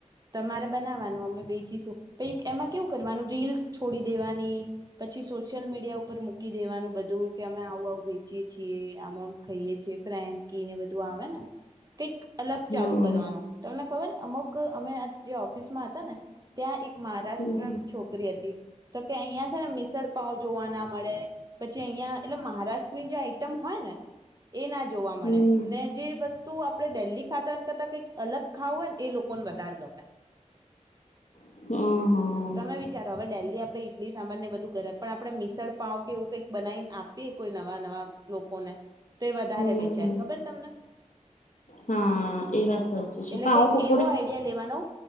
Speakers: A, on the right; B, on the left.
A: તમારે બનાવાનું અમે બેેચીશું પ એમાં કેવું કરવાનું રીલ્સ છોડી દેવાની પછી સોશિયલ મીડિયા ઉપર મૂકી દેવાનું. બધું કે અમે આવું આવું વેચીએ છીએ આમાં ખાઈએ છીએ ફ્રેન્કી ને બધું આવે ને. કઈક અલગ ચાલુ
B: હા
A: કરવાનું તમને ખબર અમુક અમે જે ઓફિસમાં હતા ને. ત્યાં એક મહારાષ્ટ્રન
B: હમ
A: છોકરી હતી. તો કે અહિયાં છે ને મીસળપાવ જોવા ના મળે પછી અહિયાં એટલે મહારાષ્ટ્રની જે આઈટમ હોય ને. <unintelligible> એ ના જોવા મળે
B: હમ
A: ને જે વસ્તુ આપડણે ડેલી ખાતા હોય એમ કરતા કંઈક અલગ ખાવું હોય ને. એ લોકોને વધારે ગમે
B: હ હા
A: તમે વિચારો હવે ડેલી. ઈડલી સાંભર ને બધું ઘરે પણ આપણે મિશળ પાવ કે એવું કઈક બનાવીને આપીએ કોઈ નવા નવા લોકોને. તો એ વધારે
B: હમ
A: વેચાય ખબર તમને.
B: હા એ વાત સાચી છે
A: એટલે
B: પણ આવું
A: કંઈક એવો આઈડિયા લેવાનો